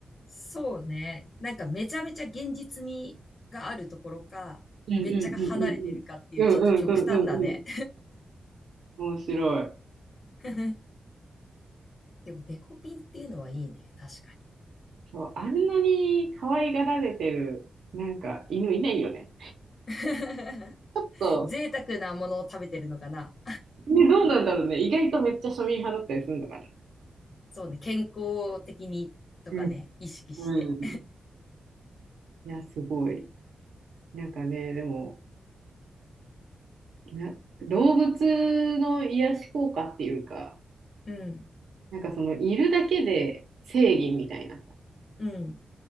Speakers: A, on the left; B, on the right.
A: そうね。なんかめちゃめちゃ現実味があるところか、
B: うんうんうんうんうん。
A: めっちゃが離れてるかっていう、
B: うんうんうんうんうん。
A: ちょっと極端だね。
B: 面白い。
A: <laughs> でもデコピンっていうのはいいね。確か
B: そう、あんなに可愛がられてる、なんか犬いないよね。
A: に。<laughs>
B: そ
A: 贅沢なものを食べてるのかな。
B: う。ね、どうなんだろうね。意外とめっちゃ庶民派だったりするのかな。
A: そうね。健康的にとかね、
B: うん。
A: 意識して。
B: うん。いや、すごい。なんかね、でも、な、動物の癒し効果っていうか、
A: うん、
B: なんかその、いるだけで正義みたいなさ、
A: うん。